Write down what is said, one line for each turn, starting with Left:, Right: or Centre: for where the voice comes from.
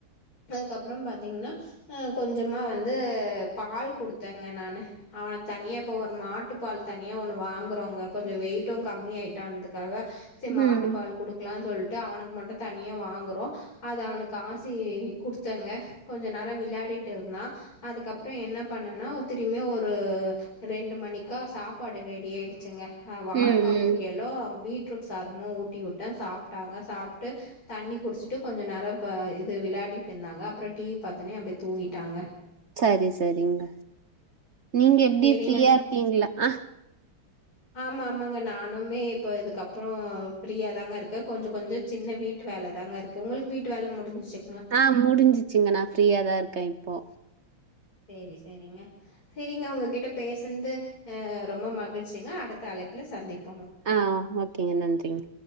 Left: அதுக்கப்புறம் பாத்தீங்கன்னா அஹ் கொஞ்சமா வந்து வந்து பால் கொடுத்தேங்க நானு அவன தனியா இப்போ ஒரு மாட்டு பால் தனியா ஒன்னு வாங்குறோங்க கொஞ்சம் வெயிட்டும் கம்மி ஆயிட்டான்துக்காக சரி மாட்டு
Right: ம்
Left: பால் கொடுக்கலானு சொல் அவனுக்கு மட்டும் தனியா வாங்குறோம் அத அவனுக்கு ஆத்தி குடுத்தங்க கொஞ்ச நேரம் விளையாடிட்டு இருந்தா அதுக்கப்புறம் என்ன பண்ணன்னா திரும்பியும் ஒரு ரெண்டு மணிக்கா சாப்பாடு ரெடி ஆயிடுச்சங்க ஹ வாழக்கா
Right: ம் ம்
Left: பொரியலும் பீட் ரூட் சாதமும் ஊட்டி விட்டே சாப்ட்டாங்க சாப்ட்டு தண்ணி குடிச்சிட்டு கொஞ்ச நேரம் த இது விளையாடிட்டு இருந்தாங்க அப்புறம் டீவி பாத்துனே அப்படியே தூங்கிட்டாங்க
Right: சரி சரிங்க நீங்க டி
Left: சரிங்க
Right: எப்படி ஃப்ரீயா இருக்கீங்களா ஆ
Left: ஆமா ஆமாங்க நானுமே இப்ப இதுக்கப்புறம் ஃப்ரீயா தாங்க இருக்கேன் கொஞ்சம் கொஞ்சம் சின்ன வீட்டு வேலை தாங்க இருக்கு உங்களுக்கு வீட்டு வேலை முடிஞ்சிச்சு
Right: ஆஹ் முடிஞ்சிச்சுங்க நான் ஃப்ரீயாதான் இருக்கேன் இப்போ
Left: சேரி சேரிங்க சரிங்க உங்ககிட்ட பேசந்து ஆ ரொம்ப மகிழ்ச்சிங்க அடுத்த அழைப்புல சந்திப்
Right: ஆ ஓகேங்க நன்றிங்க